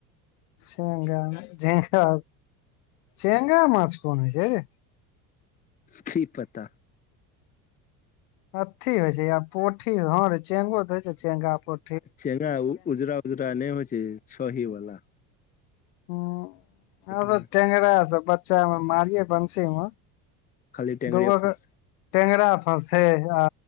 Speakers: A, on the left (about 80°); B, on the left (about 20°).
A: चेंगा झेंगा चेंगा माछ कोन होइ छै रे?
B: खी पता।
A: हथी होइ छै य पोठी हँरे चेंगो त होइ छै चेंगा पो
B: चेंगा उजरा उजरा नहि होइ छै छही वला।
A: ह हम सब
B: मे
A: टेंगरा सब बच्चा मे मारिये बंशी मे।
B: खाली टेंगरे
A: दूगो
B: फस
A: के टेंगरा फँसैय आ